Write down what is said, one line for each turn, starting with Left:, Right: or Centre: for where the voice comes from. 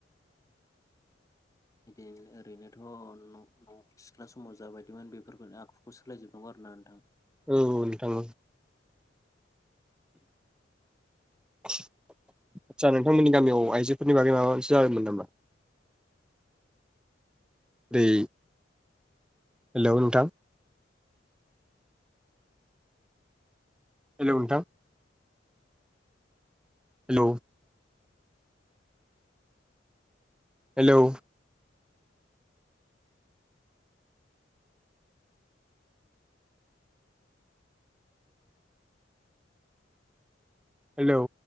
Left: बिदिनो ओरैनोथ' न' न' सिख्ला समाव जाबायदिमोन बेफोरखौनो आखुखौ सोलायजोबनांगौ आरो ना नोंथां?
Centre: औ नोंथां औ। आदसा नोंथांमोननि गामियाव आइजोफोरनि बागै माबा मोनसे जादोंमोन नामा? दैै हेलौ नोंथां हेलौ नोंथां हेलौ हेलौ हेलौ